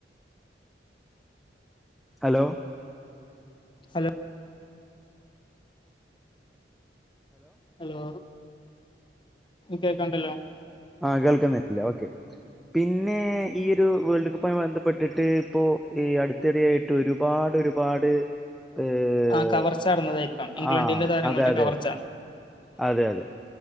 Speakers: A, in the centre; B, on the left (about 30°).
A: ഹലോ-
B: ഹലോ ഹലോ കേക്കാണ്ടല്ലോ. -
A: ആഹ് കേൾക്കുന്നില്ലേ ഓക്കെ. പിന്നെ ഈ ഒരു വേൾഡ് കപ്പുമായി ബന്ധപ്പെട്ടിട്ട് ഇപ്പോഈ അടുത്തിടെയായിട്ട് ഒരുപാ ട് ഒരുപാട്. ഏഹ്
B: ആഹ് കവർച്ച നടന്നതായിരിക്കാം ഇംഗ്ലണ്ടിന്റെ
A: ആ
B: താരങ്ങളുടെ
A: അതെ അതെ
B: കവർച്ച.
A: അതെ അതെ